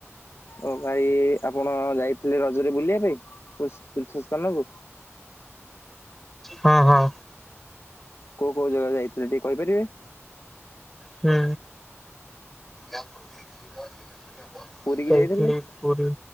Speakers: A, on the left; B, in the centre.
A: ଓ ଭାଇ ଆପଣ ଯାଇଥିଲେ ରଜରେ ବୁଲିବା ପାଇଁ ତୀର୍ଥ ସ୍ଥାନକୁ?
B: ହଁ ହଁ।
A: କୋଉ କୋଉ ଜାଗା ଯାଇଥିଲେ ଟିକେ କହିପାରିବେ?
B: ହୁଁ। ଯାଇଥିଲି
A: ପୁରୀ କି ଯାଇଥିଲେ
B: ପୁରୀ